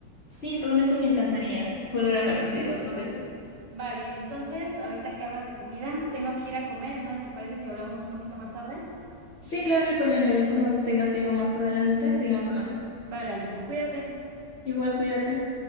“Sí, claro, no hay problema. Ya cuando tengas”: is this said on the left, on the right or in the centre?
Left